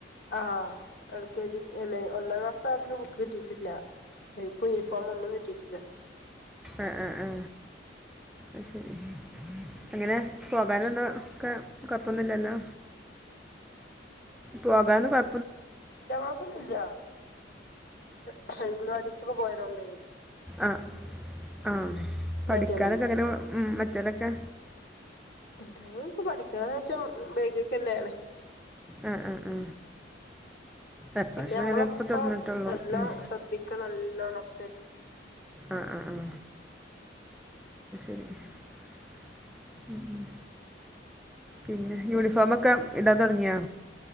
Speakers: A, on the left (about 50°); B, in the centre.
A: ആ എൽ കെ ജി അല്ലെ ഒന്നാം ക്ലാസ് ആൾക്ക് ബുക്ക് കിട്ടിയിട്ടില്ല ബുക്കും യൂണിഫോം ഒന്നും കിട്ടിയിട്ടില്ല
B: ആഹ് ആ ആഹ് എങ്ങനെ പോകാനൊന്നും ആ കൊഴപ്പൊന്നും ഇല്ലല്ലോ? പോകാന്ന് പർ
A: ഇല്ലാ കൊഴപ്പൊന്നും ഇല്ല <unintelligible> സ്‌കൂള് പോയതുകൊണ്ടെ
B: ആ ആഹ് പഠിക്കാനൊക്കെ
A: മടിയൊന്നുല്ല
B: അങ്ങനെ ഉ മറ്റേലൊക്കെ
A: ഞങ്ങള് ഉം പഠിക്കാനാച്ച ബേക്ക്ക്ക് തന്നെയാണ്
B: ആ ആ ആ എപ്രാവശ്യം
A: പിന്നെ നമ്മളൊപ്പം
B: ഇതിപ്പോൾ തുടങ്ങിയിട്ടുള്ളൂ
A: നല്ലോം
B: ഉം.
A: ശ്രദ്ധിക്കണം നല്ലോണം പ്പ
B: ഉം ഉം ഉം പിന്നെ യൂണിഫോമൊക്കെ ഇടാൻ തുടങ്ങിയാ